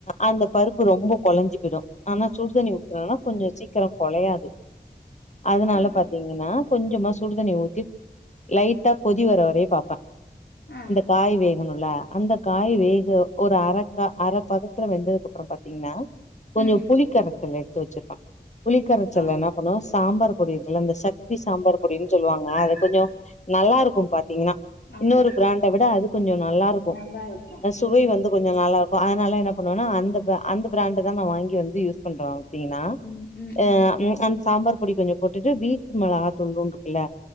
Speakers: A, on the left; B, on the left.
A: அந்த பருப் ப்பு ரொம்ப கொழஞ்சி போய்டு ஆனா சூடுதண்ணி ஊத்துனேனா கொஞ்சோ சீக்கிரோ கொழயாது அதனால
B: ஆ
A: பாத்தீங்ன்னா கொஞ்சமா சுடுதண்ணி ஊத்தி லைட்டா கொதி வர வரையு பாப்பே
B: ஆ ஆ
A: அந்த காய் வே கனுலா அந்த காய் வேக ஒரு அரக்க அர பதத்துல வெந்ததுக்கப்றோ பாத்தீங்ன்னா கொஞ்சோ
B: ம்
A: புளிக்கரத்தல் எடுத்து வச்சிருப்பே புளிக்கரச்சல்ல
B: ஆ
A: என்ன பண்ணுவே சாம்பார் பொடி இருக்குல்ல இந்த சக்தி சாம்பார் பொடினு சொல்லுவாங்க
B: ஆ
A: அது கொஞ்சோ நல்லாருக்கு பாத்தீங்ன்னா
B: ஆமா
A: இன்னொரு பிராண்ட விட அது கொஞ்சோ நல்லா இருக்கு
B: நல்லாருக்கும்.
A: சுவை
B: ம்
A: வந்து கொஞ்சோ ந ல்லா இருக்கு அதனால என்ன பண்ணுவேனா அந்த அந்த பிராண்டு தா நா வாங்கி வந்து யூஸ் பண்றே பாத்தீங்ன்னா
B: ம் ம்
A: அ ம் அந்த சாம்பார் பொடி கொஞ்சோ போட்டுட்டு வீட்டு மிளகா தூள்ளுன்னு இருக்குல்ல